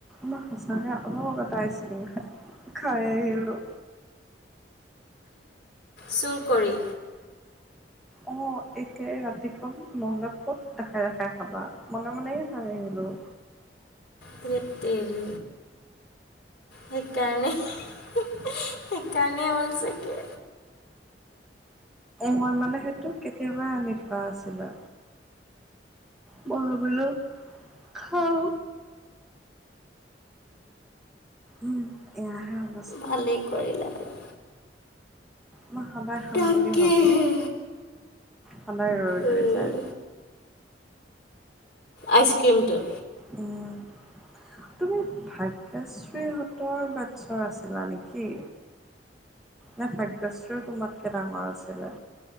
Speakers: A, in the centre; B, on the left.
A: মই সঁচাকৈ অলপ এটা আইচক্ৰীম খাই খাই আহিলোঁ।
B: চুৰ কৰি।
A: অৱ। অৱ একে ৰাতিখন নহ'লে ক'ত দেখাই দেখাই খাবা মনে মনে খাই আহিলো।
B: ধেৎতেৰি। সেইকাৰণে সেইকাৰণেই হ'ল চাগে।
A: মই মানে সেইটো কেতিয়াবাই আনি থোৱা আছিলে। মই ভাবিলো খাওঁ। উম এয়া হে হ'ব।
B: ভালেই কৰিলা আৰু
A: মই সদায় খাম
B: তাকেহে
A: বুলি ভাবোঁ সদায় ৰৈ
B: উম,
A: ৰৈ যায়।
B: আইচক্ৰমটো।
A: উম। তুমি ভাগ্যশ্ৰীহঁতৰ বেটছৰ আছিলা নেকি? নে ভাগ্যশ্ৰীৰও তোমাতকে ডাঙৰ আছিলে?